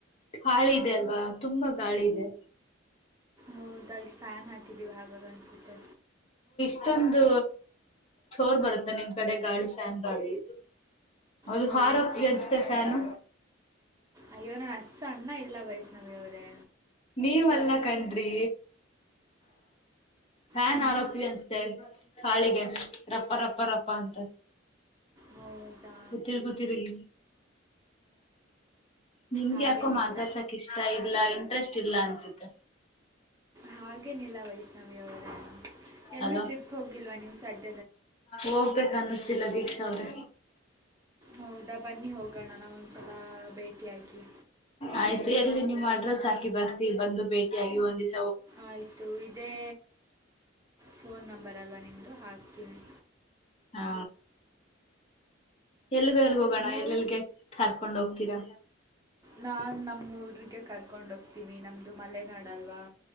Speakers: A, on the left (about 30°); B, on the right (about 15°).
A: ಹಾಳಿ ಇದೆ ಅಲ್ವಾ ತುಂಬಾ ಗಾಳಿ ಇದೆ
B: ಹೌದಾ ಇಲ್ ಫ್ಯಾನ್ ಹಾಕಿದ್ದೀವಿ ಹಾಗ ಅನ್ಸುತ್ತೆ
A: ಅಷ್ಟೊಂದು ಚೋರ್ ಬರುತ್ತೆ ನಿಮ್ ಕಡೆ ಗಾಳಿ ಶ್ಯಾನ್ ಗಾಳಿ ಅ
B: ಹೌದು
A: ಹಾರ ಹೋಗ್ತ ಅಸತೆ ನ
B: ಅಯ್ಯೋ ನಾನು ಸಣ್ಣ ಇಲ್ಲ ಬೈಷ್ಣವಿಯ ಅವರೇ
A: ನೀವಲ್ಲಾ ಕಣ್ರಿ ಹಾ
B: ಹ್ಞೂ
A: ನಾ ಆರೋಗ್ತೀವಿ ಅನ್ಸುತ್ತೆ ಹಾಳಿಗೆ ರಪ್ಪ ರಪ್ಪ ರಪ್ಪ ಅಂತ
B: ಹೌದಾ
A: ಎತ್ತರಿ ಗೊತ್ತರಿಗ ನಿಮ್ಗೆ
B: ಹಾಗೇನಿಲ್ಲ
A: ಯಾಕೋ ಮಾತಡ್ಸಕ್ ಇಷ್ಟ ಇಲ್ಲ ಇಂಟ್ರೆಸ್ಟ್ ಇಲ್ಲ ಅನ್ಸುತ್ತೆ
B: ಹಾಗೇನಿಲ್ಲ ವೈಷ್ಣವಿಯವರ ಎಲ್ಲೂ
A: ಅಲ್ವಾ
B: ಟ್ರಿಪ್ ಹೋಗಿಲ್ವಾ ನೀವು್ ಸಜ
A: ಹೋಗ್ಬೇಕ ಅನ್ನಸ್ತಿಲ್ಲ ದೀಕ್ಷಾ ಅವ್ರೆ
B: ಹೌದಾ ಬನ್ನಿ ಹೋಗೋಣ ನಾ ಒಂದ್ಸಲ ಭೇಟಿಯಾಗಿ
A: ಆಯ್ತು ಎಲ್ಲಿ ನಿಮ್ಮ್ ಅಡ್ರೆಸ್ ಹಾಕಿ ಬರ್ತಿ ಬಂದು ಭೇಟಿಯಗಿ ಒಂದ್ವ್
B: ಆಯಿತು ಇದೇ ಫೋನ್ ನಂಬರ್ ಅಲ್ವಾ ನಿಮ್ಮದು ಹಾಕ ಇನೇ
A: ಹಾ ಎಲ್ಗ ಎಲ್ಗ ಹೋಗೋಣ
B: ನೀವು
A: ಎಲ್ಲೆಲ್ಗೆ ಹರ್ಕೊಂಡ್ ಹೋಗ್ತೀರಾ
B: ನಾನ್ ನಮ್ಮ ಗೆ ಕರ್ಕೊಂಡ ಹೋಗ್ತೀನಿ ನಮ ಇು ಮಲೆನಾಡಲ್ವಾ